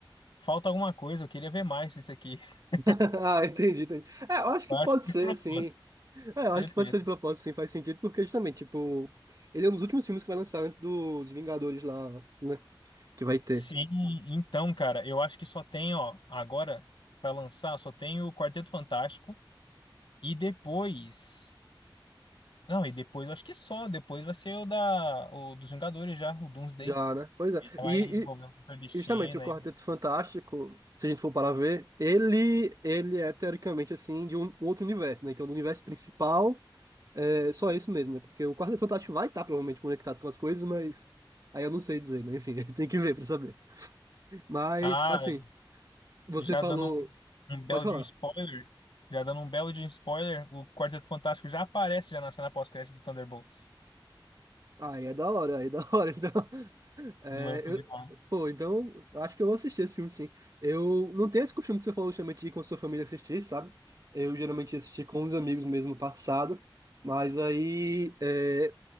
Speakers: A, on the left; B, on the right.
A: falta alguma coisa, eu queria ver mais disso aqui. <laughs>
B: <laughs> Ah, entendi, entendi. É, eu acho que
A: Eu
B: pode
A: acho que
B: ser,
A: foi de
B: assim.
A: propósito,
B: É, eu acho
A: certeza.
B: que pode ser de propósito, sim, faz sentido, porque justamente, tipo, ele é um dos últimos filmes que vai lançar antes dos Vingadores lá, né? Que vai ter.
A: Sim, então, cara, eu acho que só tem, ó, agora pra lançar, só tem o Quarteto Fantástico e depois Não, e depois, eu acho que é só. Depois vai ser o da, o dos Vingadores já, o Doomsday.
B: Já, né? Pois é.
A: Ele vai
B: E,
A: envolver o Doutor Destino.
B: Justamente, o Quarteto
A: aí-
B: Fantástico, se a gente for para ver, ele, ele é teoricamente assim de um um outro universo, né? Então, do universo principal, é só isso mesmo, né? Porque o Quarteto Fantástico vai estar provavelmente conectado com as coisas, mas aí eu não sei dizer, né? Enfim, <laughs> tem que ver para saber. Mas,
A: Ah,
B: assim, você
A: já
B: falou.
A: dando um, um belo
B: Pode falar.
A: de um spoiler. Já dando um belo de um spoiler, o Quarteto Fantástico já aparece já na cena pós-crédito do Thunderbolts.
B: Aí é da hora, aí é da hora. <laughs> Então, é,
A: Louco
B: eu,
A: demais.
B: pô, então, eu acho que eu vou assistir esse filme, sim. Eu não tenho esse costume que você falou, justamente, de ir com sua família assistir, sabe? Eu geralmente assisti com os amigos mesmo no passado, mas aí, é,